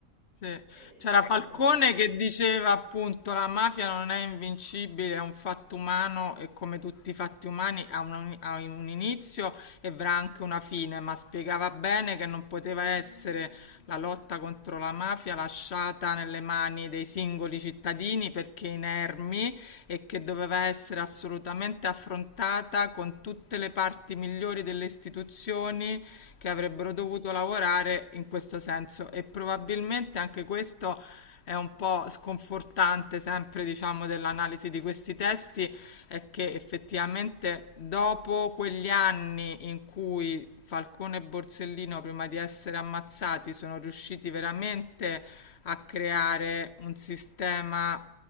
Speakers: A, on the left; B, on the right.
A: Sì.
B: E
A: C'era
B: comunque,
A: Falcone
B: mm,
A: che diceva appunto la mafia non è invincibile, è un fatto umano e come tutti i fatti umani ha un, ha un inizio e avrà anche una fine, ma spiegava bene che non poteva essere la lotta contro la mafia lasciata nelle mani dei singoli cittadini cittadini perché inermi e che doveva essere assolutamente affrontata con tutte le parti migliori delle istituzioni che avrebbero dovuto lavorare in questo senso e probabilmente anche questo è un po' sconfortante sempre, diciamo, dell'analisi di questi testi è che effettivamente dopo quegli anni in cui Falcone e Borsellino, prima di essere ammazzati, sono riusciti veramente a creare un sistema